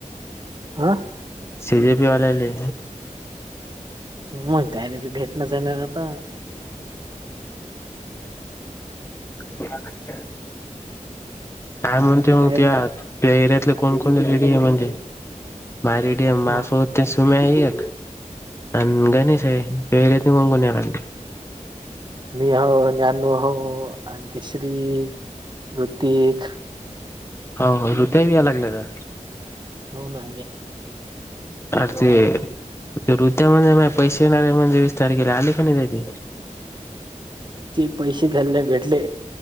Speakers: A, on the right (about 35°); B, on the left (about 20°).
A: हा
B: सी जे पी वाल्यानी.
A: मग काय न ते भेटणच ये ना आता?
B: <unintelligible> काय म्हणतो
A: काय
B: मग त्या, त्या एरियातले कोण कोण रेडी आहे म्हणजे- <unintelligible> ते
A: मग
B: सुम्या आहे एक आणि गणेश आहे. <unintelligible> कोण कोण याला लागले
A: मी आहे. न्यानू हो. आणखी श्री, हृतिक-
B: हो हो हृतिक बी यायला लागला का?
A: हो ना.
B: अर ते
A: <unintelligible>
B: ते ऋत्या म्हणे माझे पैसे येणारे म्हणे वीस तारखेला. आले का नाही त्याचे.
A: ते पैसे त्याला नाही भेटले.